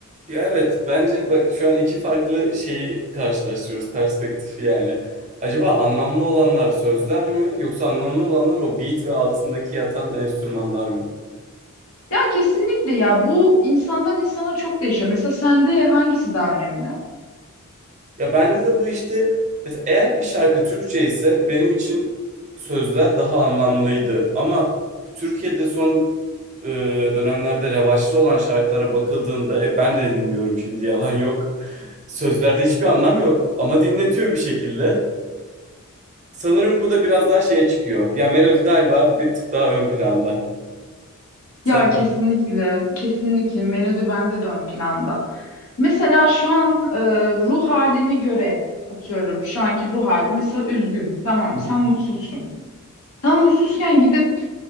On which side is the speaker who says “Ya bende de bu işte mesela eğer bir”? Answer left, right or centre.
Right